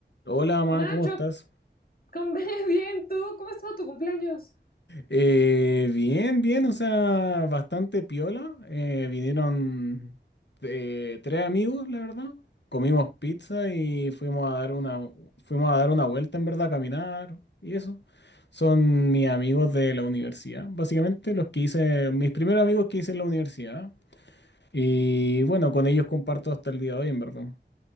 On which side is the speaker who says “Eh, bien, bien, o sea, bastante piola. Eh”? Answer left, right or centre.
Left